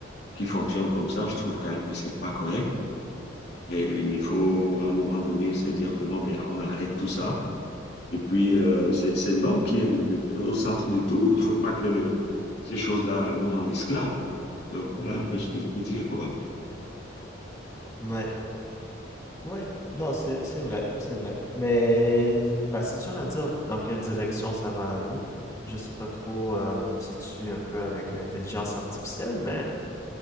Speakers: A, on the left; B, on the left.
A: qui fonctionnent comme ça. Je trouve quand même que c'est pas correct. Et il faut, à un moment donné, se dire que non, mais on arrête tout ça Et puis, euh, c'est, c'est l'homme qui est le- le- au centre de tout. Il ne faut pas que le- ces choses-là nous rendent esclaves. Donc, voilà
B: Mhm.
A: un peu ce que je veux dire, quoi.
B: Ouais, ouais. Non, c'est, c'est vrai, c'est vrai. Mais, bah, c'est dur à dire dans quelle direction ça va aller. Je sais pas trop euh, si tu suis un peu avec l'intelligence artificielle, mais,